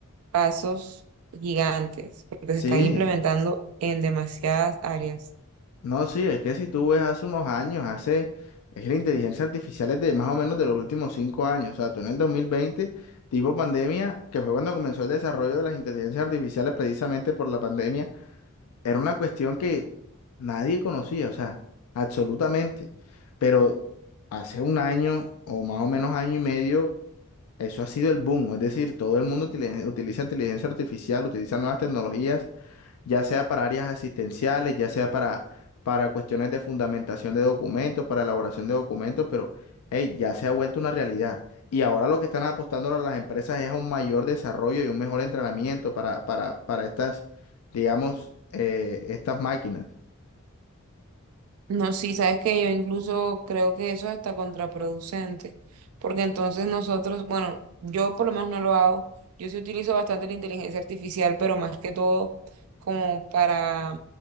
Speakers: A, on the right; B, on the left.
A: pasos gigantes, porque
B: Sí.
A: se están implementando en demasiadas áreas.
B: No, sí, es que si tú ves hace unos años, hace, es que la inteligencia artificial es de más o menos de los últimos cinco años, o sea, tú en el 2020 tipo pandemia, que fue cuando comenzó el desarrollo de las inteligencias artificiales precisamente por la pandemia, era una cuestión que nadie conocía, o sea, absolutamente, pero hace un año o más o menos año y medio, eso ha sido el boom, es decir, todo el mundo utiliza utiliza inteligencia artificial, utiliza nuevas tecnologías ya sea para áreas asistenciales, ya sea para, para cuestiones de fundamentación de documentos, para elaboración de documentos, pero hey, ya se ha vuelto una realidad. Y ahora lo que están apostando las empresas es a un mayor desarrollo y un mejor entrenamiento para, para, para estas, digamos, eh, estas máquinas.
A: No, sí, sabes que yo incluso creo que eso es hasta contraproducente, porque entonces nosotros, bueno, yo por lo menos no lo hago, yo sí utilizo bastante la inteligencia artificial, pero más que todo como para,